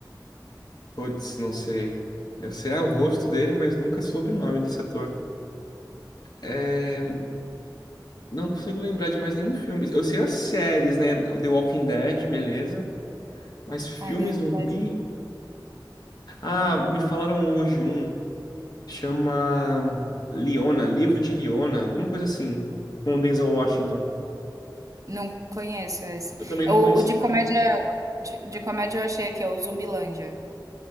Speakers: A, on the left; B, on the right.
A: Putz, não sei. Eu sei ah, o rosto dele, mas nunca soube o nome desse ator. É. Não consigo lembrar de mais nenhum filme. Eu sei as séries, né? The Walking Dead, beleza. Mas filme
B: Ai, da
A: zumbi.
B: verdade.
A: Ah, me falaram hoje um. Chama Leona, Livro de Leona, alguma coisa assim. Com o Denzel Washington.
B: Não conheço esse.
A: Eu também
B: É
A: não
B: O,
A: conhecia.
B: o de comédia. De, de comédia eu achei aqui, ó, o Zumbilândia.